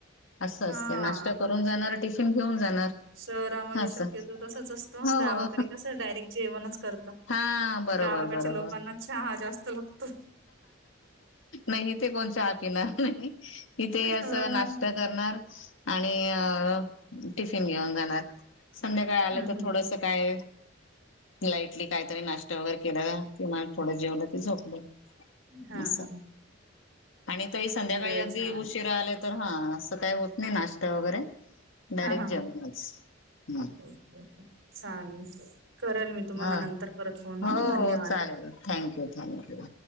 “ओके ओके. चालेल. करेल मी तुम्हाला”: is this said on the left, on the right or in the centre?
Right